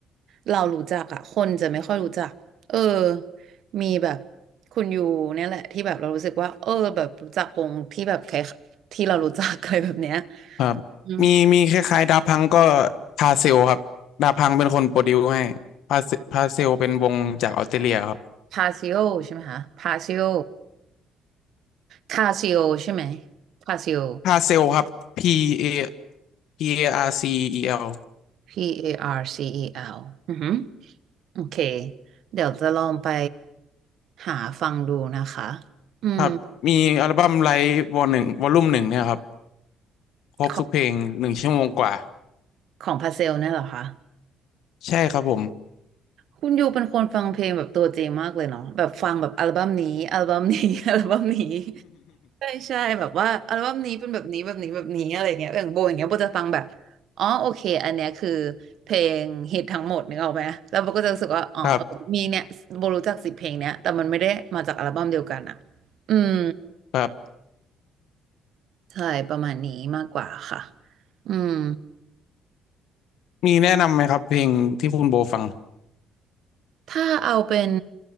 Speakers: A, on the right (about 60°); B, on the left (about 75°).
A: เรารู้จักอะคนจะไม่ค่อยรู้จักเออมีแบบคุณยูเนี่ยแหละที่แบบเรารู้สึกว่าเออแบบรู้จักวงที่แบบคล้ายที่เรารู้จัก <laughs> อะไรแบบเนี้ย
B: ครับมีมีคล้ายๆดาพังก็
A: อืม
B: พาเซลครับดาพังเป็นคนโปรดิวให้พาเซพาเซลเป็นวงจากออสเตรเลียครับ
A: พาซิโอใช่ไหมคะพาซิโอคาซิโอใช่ไหมพาซิโอ
B: พาเซลครับ P A P A R C E L
A: P A R C E L อแอลอือฮึ โอเคเดี๋ยวจะลองไปหาฟังดูนะคะอืม
B: ครับมีอัลบั้มไลฟ์วอลหนึ่งวอลลุ่มหนึ่งเนี่ยครับครบทุกเพลงหนึ่งชั่วโมงกว่า
A: ของของพาเซลเนี่ยเหรอคะ
B: ใช่ครับผม
A: คุณยูเป็นคนฟังเพลงแบบตัวจริงมากเลยเนาะแบบฟังแบบอัลบั้มนี้อัลบั้มนี้ <laughs> อัลบั้มนี้ใช่ใช่แบบว่าอัลบั้มนี้เป็นแบบนี้แบบนี้แบบนี้อะไรเงี้ยอย่างโบอย่างเงี้ยโบจะฟังแบบอ๋อโอเคอันเนี้ยคือเพลงฮิตทั้งหมดนึกออกไหมแล้วโบก็จะรู้สึกว่าอ๋อเออมีเนี่ยโบรู้จักสิบเพลงเนี้ยแต่มันไม่ได้มาจากอัลบั้มเดียวกันอะ
B: <laughs> ครับ
A: อืม
B: ครับ
A: ใช่ประมาณนี้มากกว่าค่ะอืม
B: มีแนะนำไหมครับเพลงที่คุณโบฟัง
A: ถ้าเอาเป็น